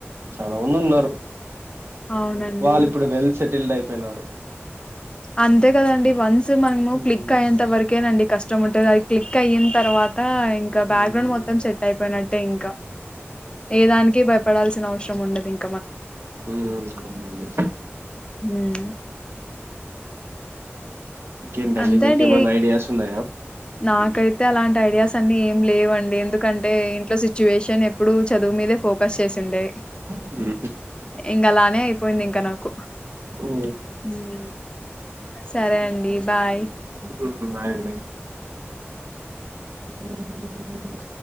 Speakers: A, on the right; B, on the left.
A: చాలా మంది ఉన్నారు
B: అవునండి
A: వాళ్ళు ఇప్పుడు వెల్ సెటిల్డ్ అయిపో పోయినారు
B: అంతే కదండి వన్ న్స్ మనము
A: ఉమ్
B: క్లిక్ అయ్యంత వరకేనండి కష్టం ఉం టది అది క్లిక్ అయిన తర్వా త ఇంకా బ్యాక్గ్రౌండ్
A: ఉమ్
B: మొత్తం సెట్ అయిపోయినట్ టేంకా ఏ దానికి భయపడాల్సిన అవ సరం ఉండదు ఇన్
A: ఉ అవునండి
B: హ్మ్
A: ఇంకేంటండి
B: అంతే
A: మీకేమైనా
B: అండి
A: ఐడియాస్ ఉన్నాయా?
B: నాకైతే అలాంటి ఐడియాస్ సన్ని ఏం లేవం డి ఎందుకంటే ఇంట్లో సిచ్యువేషన్ ఎప్పుడు చదువు మీదే ఫోకస్ చేసిండే
A: ఉమ్
B: ఇంగలానే పోయింది ఇంక నాకు
A: ఓ
B: హ్మ్ సరే అండి బాయ్
A: ఒద్దు ఒద్దు నాయండి ఆ